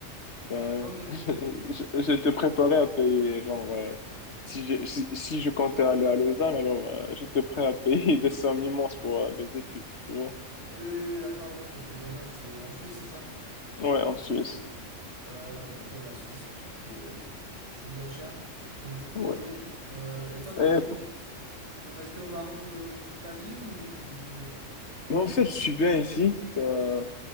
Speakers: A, on the left (about 60°); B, on the right (about 65°).
A: Ben,
B: Mais ok,
A: <laughs> j'- j'étais préparé à payer, genre, euh, si, j'ai- si, si je comptais aller à Lausanne, alors euh, j'étais prêt à payer <laughs> des sommes immenses pour euh, mes études, tu vois.
B: oui, oui, oui, d'accord, oui, parce que Lausanne, c'est en Suisse, c'est ça?
A: Ouais, en Suisse.
B: Ouais, ouais, donc ouais, la Suisse, c'est sûr que c'est c'est bien cher. Mais du coup,
A: Ouais.
B: ok. Euh, et toi, t'as
A: Et,
B: toujours... Tu veux rester au Maroc euh, toute ta vie ou tu veux bouger?
A: mais en fait, je suis bien ici. Ben,